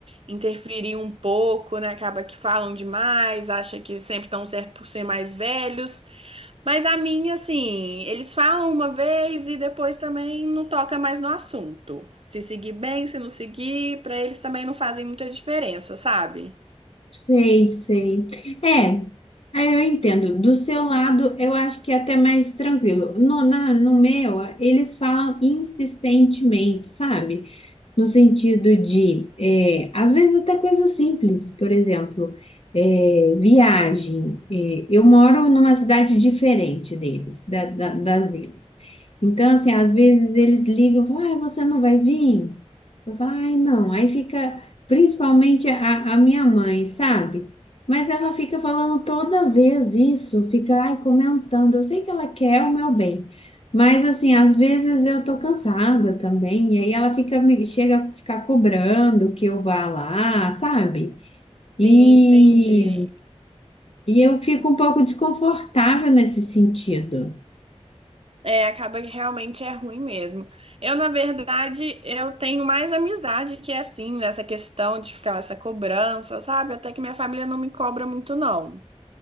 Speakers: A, on the right; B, on the left.
A: Interferir um pouco, né? Acaba que falam demais, acha que sempre estão certo por ser mais velhos. Mas a minha, assim, eles falam uma vez e depois também não toca mais no assunto. Se seguir bem, se não seguir, pra eles também não fazem muita diferença, sabe?
B: Sei, sei. É, aí eu entendo. Do seu lado, eu acho que é até mais tranquilo. No, na- no meu, eles falam insistentemente, sabe? no sentido de, é, às vezes até coisas simples, por exemplo, é, viagem. É, eu moro numa cidade diferente deles, da- da- das deles. Então, assim, às vezes eles ligam e falam, ah, você não vai vir? Eu falo, ai, não. Aí fica, principalmente a, a minha mãe, sabe? Mas ela fica falando toda vez isso, fica, ai, comentando. Eu sei que ela quer o meu bem. Mas assim, às vezes eu tô cansada também, e aí ela fica me chega a ficar cobrando que eu vá lá, sabe? E,
A: Sim, entendi.
B: e eu fico um pouco desconfortável nesse sentido.
A: É, acaba que realmente é ruim mesmo. Eu, na verdade, eu tenho mais amizade que é assim, nessa questão de ficar essa cobrança, sabe? Até que minha família não me cobra muito, não.